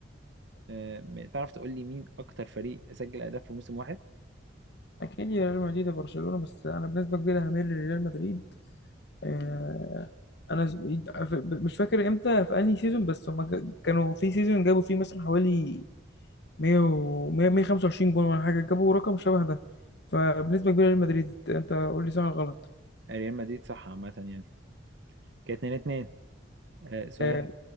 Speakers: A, on the right (about 60°); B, on the left (about 55°).
A: آه م- تعرف تقول لي مين اكتر فريق سجل اهداف في موسم واحد؟
B: اكيد يا ريال مدريد وبرشلونة بس انا بنسبة كبيرة هميل لريال مدريد آه، انا س- مش فاكر امتى في انهي سيزون بس هما ك- كانوا في سيزون جابوا فيه مثلا حوالي 100 و 100 125 جون ولا حاجه جابوا رقم شبه ده فبنسبه كبيره ريال مدريد انت قول لي صح ولا غلط
A: آه، ريال مدريد صح عامة يعني كانت 2 2 آه سؤال
B: آه،